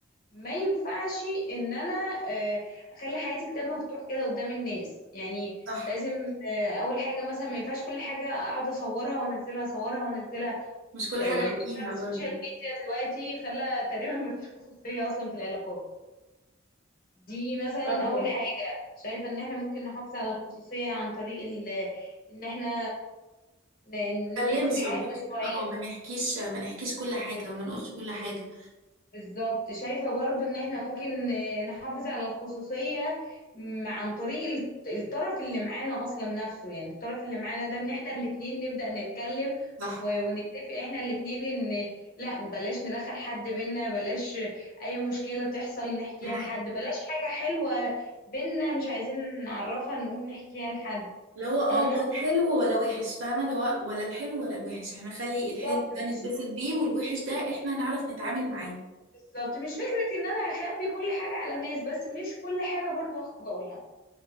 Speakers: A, on the left; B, on the right.
A: ما ينفعش ان انا آه، اخلي حياتي كتاب مفتوح كده قدام الناس يعني
B: صح
A: لازم آه، اول حاجة مثلا ما ينفعش كل حاجة اقعد اصورها وانزلها اصورها وانزلها
B: مش كل
A: آه،
B: حاجة
A: يعني
B: احكيها
A: ترند السوشيال
B: برضو
A: ميديا دلوقتي خلى تقريبا ما فيش خصوصية أصلا في العلاقات دي مثلا
B: ابيض
A: أول
B: ما
A: حاجة شايفة إن احنا ممكن نحافظ على الخصوصية عن طريق ال- إن احنا ن-
B: اتكلمش
A: نقفل حياتنا
B: ما بقولك
A: شوية
B: اه ما نحكيش ما نحكيش كل حاجة وما نقولش كل حاجة
A: بالظبط شايفة برضو ان احنا ممكن آه، نحافظ على الخصوصية م- عن طريق الت- الطرف اللي معانا اصلا نفسه يعني الطرف اللي معانا ده ان احنا الاتنين نبدأ نتكلم
B: صح
A: و- ونتفق احنا الاتنين ان لا بلاش ندخل حد بينا بلاش اي مشكلة تحصل نحكيها
B: دي حقيقة.
A: لحد بلاش حاجة حلوة بينا مش عايزين نعرفها نقوم نحكيها لحد
B: اللي هو اه
A: فاهمة
B: ولا حلو ولا وحش فاهمة اللي هو ولا الحلو ولا الوحش احنا نخلي الحلو
A: بالظبط
B: ده
A: مش
B: نتبسط بيه والوحش ده احنا نعرف نتعامل معاه
A: بالظبط مش فكرة ان انا هخبي كل حاجة على الناس بس مش كل حاجة برضو هخرج اقولها